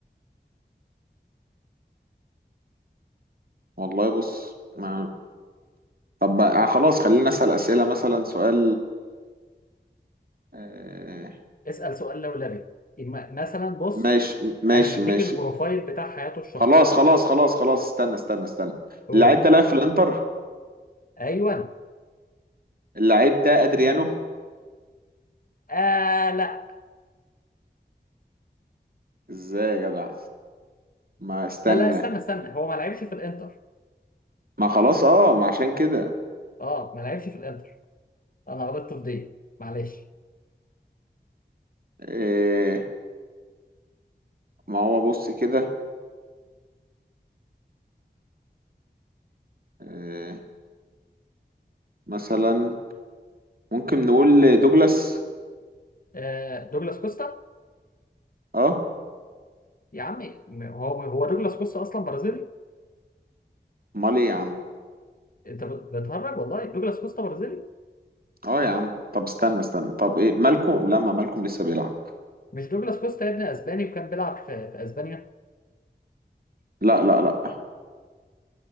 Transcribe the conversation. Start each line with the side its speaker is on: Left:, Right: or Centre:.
Right: والله بص ما طب بقى آه، خلاص خلينا نسأل أسئلة مثلا سؤال إيه
Left: اسأل سؤال لولبي إما- مثلا بص
Right: ماشي ماشي
Left: انا هديك
Right: ماشي
Left: البروفايل بتاع حياته الشخصية
Right: خلاص خلاص خلاص خلاص استنى استنى استنى
Left: قول
Right: اللعيب ده لعب في الانتر
Left: ايوه
Right: اللعيب ده ادريانو
Left: آه لا
Right: ازاي يا جدع ما استنى
Left: لا لا استنى استنى هو ما لعبش في الانتر
Right: ما خلاص اه ما عشان كده
Left: اه ما لعبش في الانتر انا غلطت في دي معلش
Right: إيه ما هو بص كده إيه، مثلا ممكن نقول دوجلاس
Left: آه دوجلاس كوستا
Right: اه
Left: يا عمي م- هو هو دوجلاس كوستا اصلا برازيلي
Right: امال ايه يا عم
Left: انت بت- بتهرج والله دوجلاس كوستا برازيلي
Right: اه يا عم طب استنى استنى طب ايه مالكم لا ما مالكم لسه بيلعب
Left: مش دوجلاس كوستا يا ابني اسباني وكان بيلعب في, في اسبانيا
Right: لا لا لا